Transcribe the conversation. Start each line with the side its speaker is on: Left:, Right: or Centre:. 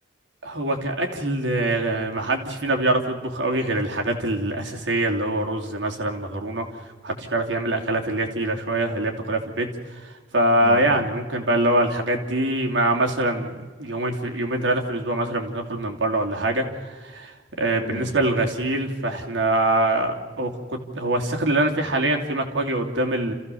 Right: هو كأكل آه، محدش فينا بيعرف يطبخ قوي غير الحاجات الأساسية اللي هو رز مثلا مكرونة محدش بيعرف يعمل أكلات اللي هي تقيلة شوية اللي هي بتاكلها في البيت فيعني
Left: م- م-
Right: ممكن بقى اللي هو الحاجات دي مع مثلا يومين في يومين ثلاثة في الأسبوع مثلا بناكل من بره ولا حاجة آه، بالنسبة
Left: م-
Right: للغسيل فاحنا هو كنت هو السكن اللي انا فيه حاليا في مكواجي قدام